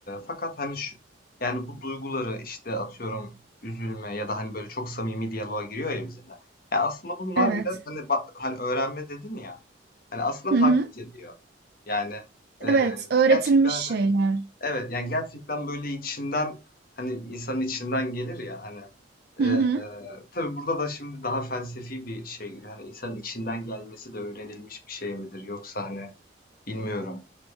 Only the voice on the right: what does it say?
Evet.
Hı
hı.
Evet, öğretilmiş
şeyler.
Hı hı.